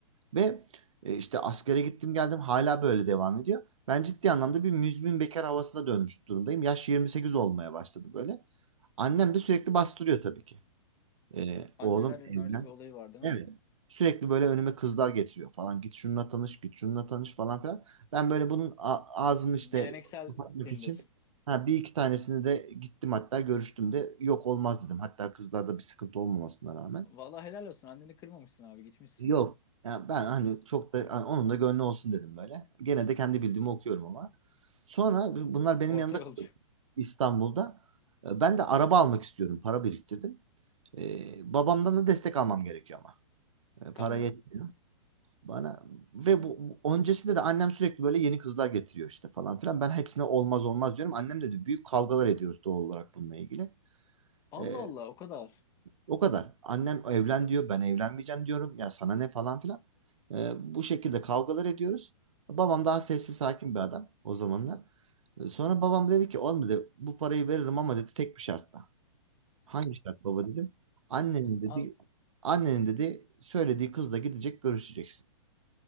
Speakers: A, on the right; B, on the left.
A: ve e, işte askere gittim geldim hala böyle devam ediyor. Ben ciddi anlamda bir müzmin bekar havasına dönmüş durumdayım. Yaş 28 olmaya başladı böyle. Annem de sürekli bastırıyor tabii ki. Ee,
B: Annelerin
A: oğlum evlen.
B: öyle bir olayı var değil
A: Evet.
B: mi?
A: Sürekli böyle önüme kızlar getiriyor falan. Git şununla tanış, git şununla tanış falan filan. Ben böyle bunun a- ağzını işte
B: Geleneksel
A: kapatmak
B: Tinder.
A: için ha, bir iki tanesini de gittim hatta görüştüm de yok olmaz dedim. Hatta kızlarda bir sıkıntı olmamasına rağmen.
B: Vallahi helal olsun. Anneni kırmamışsın abi gitmişsin.
A: Yok. Ya ben hani çok da hani onun da gönlü olsun dedim böyle. Gene de kendi bildiğimi okuyorum ama. Sonra bu- bunlar benim
B: Orta
A: yanımda
B: yolcu.
A: kalıyor İstanbul'da. E, Ben de araba almak istiyorum. Para biriktirdim. E, babamdan da destek almam gerekiyor ama. E,
B: Tamam.
A: para yetmiyor bana. Ve bu, bu- öncesinde de annem sürekli böyle yeni kızlar getiriyor işte falan filan. Ben hepsine olmaz olmaz diyorum. Annem de büyük kavgalar ediyoruz doğal olarak bununla ilgili.
B: Allah
A: Ee,
B: Allah o kadar.
A: o kadar. Annem evlen diyor, ben evlenmeyeceğim diyorum. Ya sana ne falan filan. Ee, bu şekilde kavgalar ediyoruz. Babam daha sessiz sakin bir adam o zamanlar. Ee, Sonra babam dedi ki olmadı bu parayı veririm ama dedi tek bir şartla. Hangi şart baba dedim. Annenin dedi
B: Al,
A: annenin dedi söylediği kızla gidecek görüşeceksin.